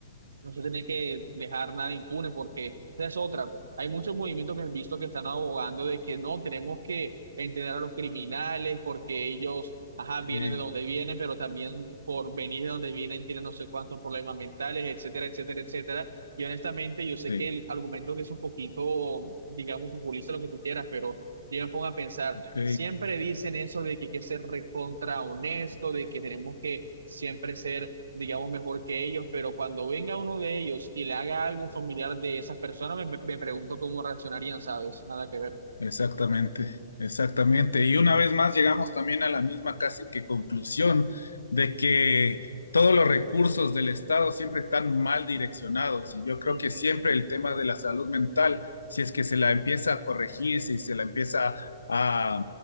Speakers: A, on the right; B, on the left.
A: no se tiene que dejar nada impune porque esa es otra. Hay muchos movimientos que he visto que están abogando de que no tenemos que entender a los criminales porque ellos, ajá, vienen
B: ok,
A: de donde vienen, pero también por venir de donde vienen tienen no sé cuántos problemas mentales, etcétera, etcétera, etcétera. Y honestamente, yo sé
B: sí,
A: que el argumento que es un poquito, digamos, populista, lo que tú quieras, pero yo me pongo a pensar,
B: ok,
A: siempre dicen eso de que hay que ser recontra honesto, de que tenemos que siempre ser digamos, mejor que ellos, pero cuando venga uno de ellos y le haga algo a un familiar de esas personas, me, me- me pregunto cómo reaccionarían, ¿sabes? Nada que ver.
B: Exactamente, exactamente. Y una vez más llegamos también a la misma casi que conclusión de que todos los recursos del Estado siempre están mal direccionados. Y yo creo
A: Ujú.
B: que siempre el tema de la salud mental, si es que se la empieza a corregir, si se la empieza a,